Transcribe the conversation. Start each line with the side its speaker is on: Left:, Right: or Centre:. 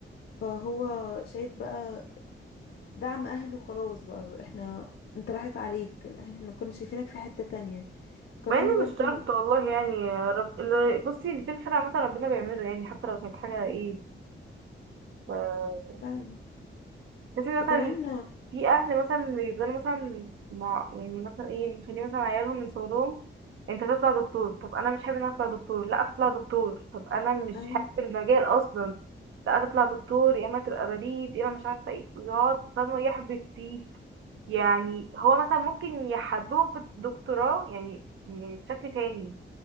Left: فهو شايف بقى دعم أهله خلاص بقى احنا انت راحت عليك احنا كنا شايفينك في حتة تانية وكمان
Right: مع ان
Left: برضو
Right: مش شرط والله يعني يا رب اللي- بصي اللي في الخير عامة ربنا بيعمله يعني حتى لو كانت حاجة ايه ف
Left: فعلا
Right: تحسي
Left: وكمان
Right: مثلا في اهل مثلا بيفضلوا مثلا مع يعني مثلا ايه مخلين مثلا عيالهم من صغرهم انت تطلع دكتور طب انا مش حابب ان أنا اطلع دكتور لا تطلع دكتور طب انا مش
Left: ايوه
Right: حابب المجال اصلا لا تطلع دكتور يا اما تبقى بريد يا اما مش عارفة ايه يقعد فاهمة يحبط فيه يعني هو مثلا ممكن يحببه في الدكتوراه يعني يعني بشكل تاني